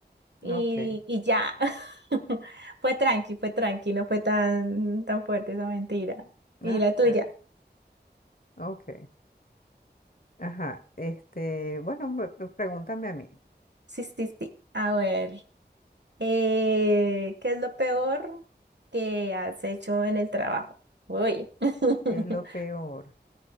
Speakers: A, on the right; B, on the left.
A: y,
B: ok.
A: y ya. <laughs> Fue tranqui, fue tranqui, no fue tan, tan fuerte esa mentira. ¿Y
B: Ah,
A: la tuya?
B: chévere, ok. Ajá, este, bueno, pues, pues, pregúntame a mí,
A: Sí, sí, sí. A ver, eh, ¿qué es lo peor que has hecho en el trabajo? Uy. <laughs>
B: ¿qué es lo peor?